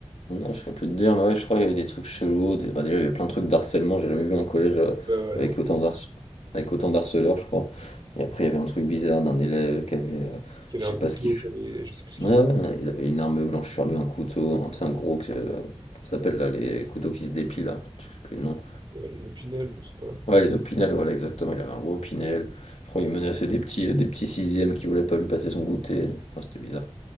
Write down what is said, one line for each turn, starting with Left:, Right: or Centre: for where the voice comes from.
Left: non, je sais plus te dire, mais ouais, je crois qu'il y avait des trucs chelous. Des... Bah, déjà, il y avait plein de trucs d'harcèlement, j'ai jamais vu un collège euh,
Right: Ouais, ouais,
Left: avec
Right: non, c'était...
Left: autant d'harce... avec autant d'harceleurs, je crois. Et après, il y avait un truc bizarre d'un élève qui avait. euh,
Right: Qu'il
Left: Je
Right: y avait
Left: sais
Right: un couteau,
Left: pas ce qu'il fait.
Right: qu'il y avait, je sais plus ce
Left: Ouais,
Right: qu'il
Left: ouais, ouais. il a une arme blanche sur lui, un couteau, un, tu sais, un gros que euh, ça s'appelle là, les couteaux qui se dépilent, là, je sais plus le nom.
Right: Ouais, les Opinel, je sais pas.
Left: Ouais, les opinel voilà, exactement, il avait un gros opinel. Je crois qu'il menaçait des petits, euh, des petits sixièmes qui voulaient pas lui passer son goûter. Enfin, c'était bizarre.